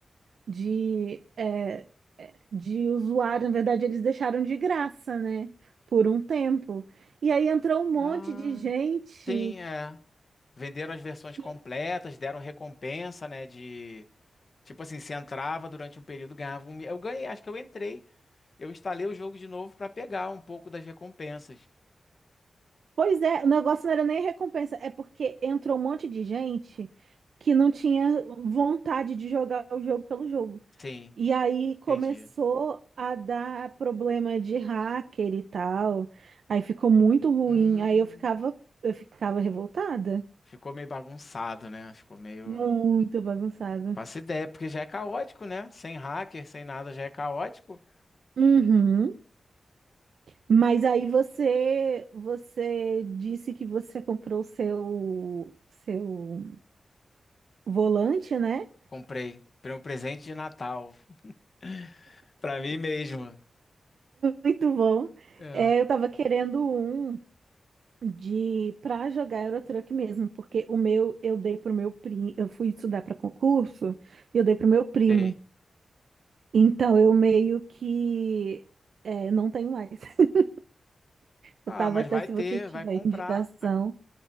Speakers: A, on the right (about 80°); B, on the left (about 40°).
A: de, é, é, de usuário, na verdade, eles deixaram de graça, né? Por um tempo. E aí entrou um monte
B: Ah,
A: de gente
B: sim, é. Venderam as versões
A: que.
B: completas, deram recompensa, né, de tipo assim, se entrava durante um período, ganhava um. mi- Eu ganhei, acho que eu entrei. Eu instalei o jogo de novo pra pegar um pouco das recompensas.
A: Pois é, o negócio não era nem recompensa, é porque entrou um monte de gente que não tinha vontade de jogar o jogo pelo jogo.
B: Sim,
A: E aí começou
B: entendi.
A: a dar problema de hacker e tal. Aí ficou muito ruim.
B: Hum,
A: Aí eu ficava, eu ficava revoltada,
B: ficou meio bagunçado, né? Ficou meio
A: muito bagunçada.
B: Faço ideia, porque já é caótico, né? Sem hacker, sem nada, já é caótico.
A: Uhum. Mas aí você você disse que você comprou o seu seu volante, né?
B: Comprei. Comprei um presente de Natal. <laughs> Pra mim mesmo.
A: Muito bom.
B: É.
A: É, eu tava querendo um de para jogar Euro Truck mesmo, porque o meu eu dei pro meu primo, eu fui estudar para concurso e eu dei pro meu primo.
B: Sei.
A: Então eu meio que é, não tenho mais. <laughs>
B: Ah,
A: Eu tava
B: mas
A: até
B: vai
A: se
B: ter,
A: você tiver
B: vai comprar.
A: indicação.
B: vai-